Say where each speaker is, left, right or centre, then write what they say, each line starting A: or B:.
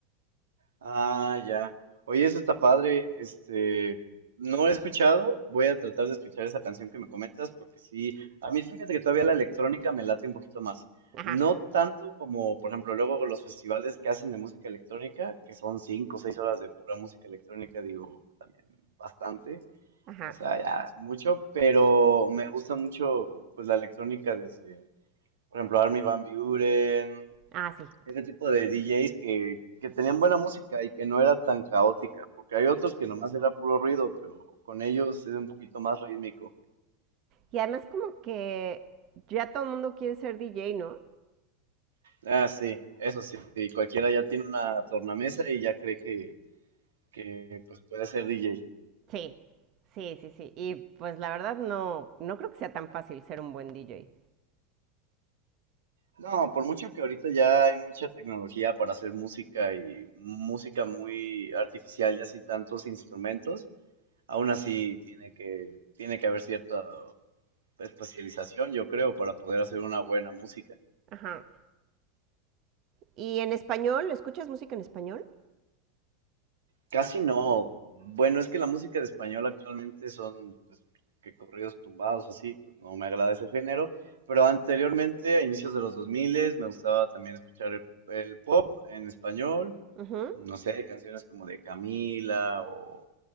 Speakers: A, on the right; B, on the right.
A: Ah, ya. Oye, eso está padre. Este, no he escuchado. Voy a tratar de escuchar esa canción que me comentas, porque sí, a mí fíjate que todavía la electrónica me late un poquito más.
B: Ajá,
A: No tanto como, por ejemplo, luego los festivales que hacen de música electrónica, que son cinco o seis horas de pura música electrónica, digo, también bastante.
B: ajá.
A: O sea, ya es mucho, pero me gusta mucho, pues, la electrónica desde, por ejemplo, Armin van Buuren,
B: Ah, sí.
A: ese tipo de DJs que, que tenían buena música y que no era tan caótica, porque hay otros que nomás era puro ruido, pero con ellos es un poquito más rítmico.
B: Y además como que ya todo el mundo quiere ser DJ, ¿no?
A: Ah, sí, eso sí, sí, cualquiera ya tiene una tornamesa y ya cree que, que pues puede ser DJ.
B: Sí, sí, sí, sí. Y pues la verdad no, no creo que sea tan fácil ser un buen DJ.
A: No, por mucho que ahorita ya hay mucha tecnología para hacer música y música muy artificial y así tantos instrumentos, aún así tiene que, tiene que haber cierta especialización, yo creo, para poder hacer una buena música.
B: Ajá. ¿Y en español? ¿Escuchas música en español?
A: Casi no. Bueno, es que la música de español actualmente son pues, que corridos tumbados, así, pues no me agrada ese género. Pero anteriormente, a inicios de los 2000, me gustaba también escuchar el, el pop en español.
B: Ujú,
A: No sé, canciones como de Camila o